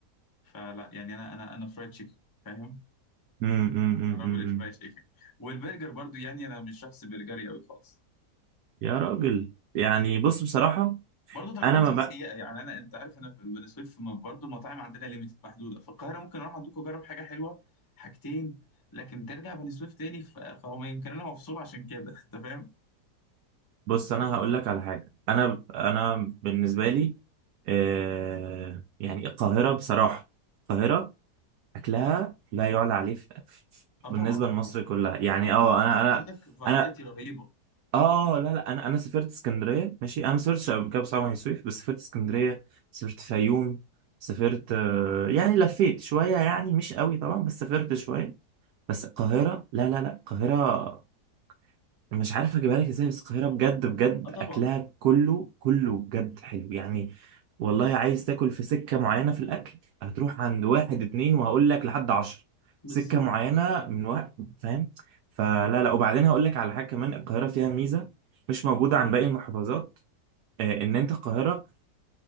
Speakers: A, on the left; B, on the right.
A: فلا يعني انا انا انا فرايد تشيكن فاهم
B: امم امم امم
A: انا راجل الفرايد
B: أمم.
A: تشيكن والبرجر برضو يعني انا مش شخص برجري قوي خالص
B: يا راجل يعني بص بصراحة
A: برضو تجربتي
B: أنا ما
A: فيه سيئه
B: ب...
A: يعني انا انت عارف انا بالنسبه لي في برضو المطاعم عندنا ليميتد محدوده في القاهره ممكن اروح عندكم اجرب حاجه حلوه حاجتين لكن ترجع بني سويف تاني ف- فهو يمكن انا مفصول عشان كده <laughs> انت فاهم
B: بص انا هقول لك على حاجه انا انا بالنسبه لي آه يعني القاهره بصراحه القاهره اكلها لا يعلى عليه في في-
A: اه
B: بالنسبه
A: طبعا
B: لمصر
A: طبعا
B: كلها يعني اه انا انا
A: عندك فرايتي
B: انا
A: رهيبه
B: اه لا لا انا انا سافرت اسكندريه ماشي انا ما سافرتش قبل كده بصراحه بني سويف بس سافرت اسكندريه سافرت فيوم سافرت آه يعني لفيت شويه يعني مش قوي طبعا بس سافرت شويه بس القاهره لا لا لا القاهره مش عارف اجيبها لك ازاي بس القاهرة بجد بجد
A: اه طبعا
B: اكلها كله كله بجد حلو يعني والله عايز تاكل في سكة معينة في الاكل هتروح عند واحد اتنين وهقول لك لحد عشرة
A: بالظبط
B: سكة معينة
A: بالظبط
B: من وقت فاهم فلا لا وبعدين هقول لك على حاجة كمان القاهرة فيها ميزة مش موجودة عن باقي المحافظات آه، ان انت القاهرة